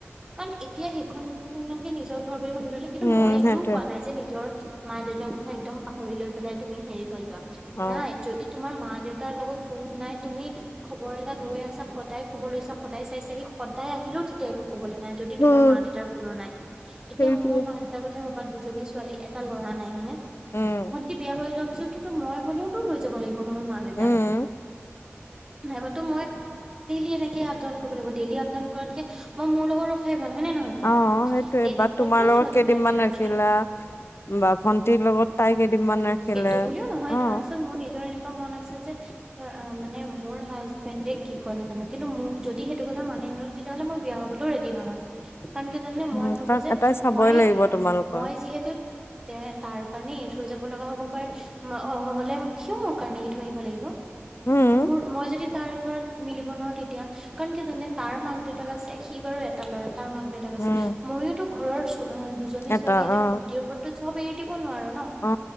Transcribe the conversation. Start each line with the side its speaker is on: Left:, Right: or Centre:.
Right: কাৰণ এতিয়া সেইখন- খনকে নিজৰ ঘৰ বুলি ভাবি থলে কিন্তু
Left: উম
Right: মই এইটোও
Left: সেইটোৱে
Right: কোৱা নাই যে, নিজৰ মা-দেউতাৰ কথা একদম পাহৰি লৈ পেলাই তুমি হেৰি হৈ যোৱা।
Left: অ
Right: নাই, যদি তোমাৰ মা-দেউতাৰ লগত কোনো নাই, তুমি খবৰ এটা লৈ আছা, সদায় খবৰ লৈছা সদায় চাইছাহি, সদায় আহিলেও তেতিয়া একো কবলৈ নাই, যদি তোমাৰ
Left: উম
Right: মা-দেউতাৰ কোনো নাই। এতিয়া
Left: সেইটোৱে।
Right: মোৰ মা-দেউতাৰ কথা ভা বা দুজনী ছোৱালী, এটা ল'ৰা নাই, হয়নে?
Left: উম
Right: ভণ্টি বিয়া হৈ যোৱাৰ পিছতোতো মই হ'লেও তো লৈ যাব লাগিব মোৰ মা-দেউতাক।
Left: উম
Right: নাইবাতো মই দেইলি এনেকে আপ ডাউন কৰিব লাগিব। ডেইল আপ-ডাউন কৰাতকে মই মোৰ লগত ৰখাই ভাল, হয় নে নহয়? কোৱা।
Left: অ সেইটোয়ে
Right: তেনেকুৱাকেও
Left: বা তোমাৰ লগত
Right: ছোৱালীবিলাকে
Left: কেইদিনমান
Right: ৰাখে।
Left: ৰাখিলা বা ভন্টিৰ লগত তাই কেইদিনমান ৰাখিলে
Right: সেইটো বুলিও নহয়
Left: অ
Right: ধৰাচোন মোৰ নিজৰ এনেকুৱা- মন আছে যে, ধৰ মানে মোৰ হাজবেণ্ডে কি কয় নাজনো, কিন্তু মোৰ- যদি সেইটো কথা মানি নলয়, তেতিয়াহ'লে মই বিয়া হবলৈও ৰেডি নহয়। কাৰণ কি জানে
Left: উম
Right: মই ভাবো
Left: কাৰণ
Right: যে
Left: এটাই চাবই
Right: মই
Left: লাগিব তোমালোকৰ
Right: মই যিহেতু- তে তাৰ কাৰণে এৰি থৈ যাব লগা হব পাৰে অ, হলে সিও মোৰ কাৰণে এৰি থৈ আহিব লাগিব।
Left: উম
Right: মোৰ মই যদি তাৰ ওপৰত মিলিব নোৱাৰো তেতিয়া- কাৰণ কি জাননে তাৰ মাক দেউতাক আছে সি বাৰু এটা ল'ৰা তাৰ মাক দেউতাক-
Left: উম
Right: আছে ময়োতো ঘৰৰ চ দুজনী
Left: এটা
Right: ছোৱালীয়ে এতিয়া
Left: অ
Right: ভন্টিৰ ওপৰতো চব এৰি দিব নোৱাৰো ন।
Left: অ